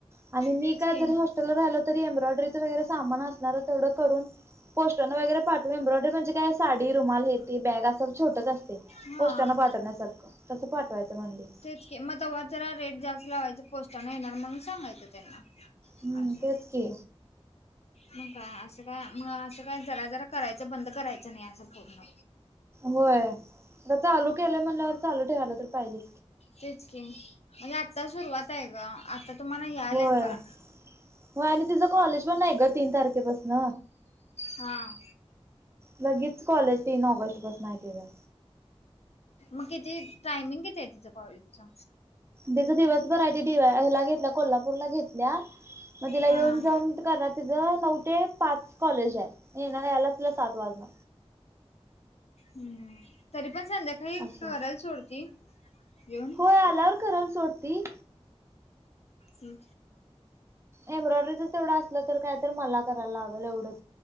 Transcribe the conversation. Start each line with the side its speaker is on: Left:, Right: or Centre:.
Right: आणि मी
Left: तेच
Right: काय
Left: की
Right: जरी राहिलं तरी एम्ब्रॉयडरीचं वगैरे सामान असणार तेवढं करून पोटरना वगैे पाठू ए्ब्रॉडरी म्हणे का साडी रुमाल हेेते बॅग असं छोटच असते
Left: हा
Right: पोष्टांना पाठवण्यासारखं तसं पाठवायचं म्हणली.
Left: तेच के मग तेव्हा जरा रेट जास्त लावायच पोस्टाना येणार म्हणून सांगायचं त्यांना
Right: हम्म
Left: असं
Right: तेच की
Left: मग काय असं काय म असं काय जरा जरा करायचं बंद करायचं नाही असं पूर्ण.
Right: होय आता चालू केलं म्हणल्यावर चालू ठेवायला तर पाहिजे.
Left: तेच कि म्हणजे आत्ता सुरुवात आहे ग आता तुम्हाला यालात
Right: होय
Left: बा
Right: हो आणि तिचं कॉलेज पण आहे ग तीन तारखेपासन
Left: हां
Right: लगेच कॉलेज तीन ऑगस्ट पासून आहे तझ.
Left: मग किती टायमिंग किती आहे तिथं कॉलेजचा
Right: तिचा दिवसभर आहे ते दिवा ह्या घेतला कोल्हापूरला घेतला. द्या मग तिला
Left: हां
Right: येऊन जाऊन करणार तिचं नऊ ते पाच कॉलेज आहे. ना यालाला स साात वाज
Left: हम्म तरी पण संध्याकाळी
Right: असं
Left: करायला सोडती येऊन.
Right: होय आल्यावर खराल सोडती.
Left: हम्
Right: एम्ब्रॉयडरीच तेवढं असलं तर काय तर मला करायला लागेल एवढंच.